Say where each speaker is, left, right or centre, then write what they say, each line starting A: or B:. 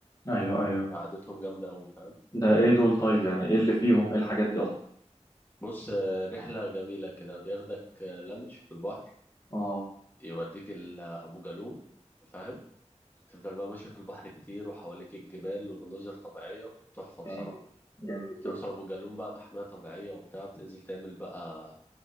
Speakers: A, on the left; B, on the left.
A: ايوه ايوه
B: قعدتهم جامدة أوي فاهم
A: ده ايه دول طيب
B: رحلة
A: يعني ايه اللي فيهم ايه الحاجات دي اصلا
B: بص آه، رحلة جميلة كده بياخدك آه، لانش في البحر
A: اه
B: يوديك ال- آه، أبو جالوم فاهم تفضل بقى ماشي في البحر كتير وحواليك الجبال ومناظر طبيعية تحفة بصراحة
A: جامد جامد
B: بتوصل
A: ده
B: أبو جالوم بقى محمية طبيعية وبتاع بتنزل تعمل بقى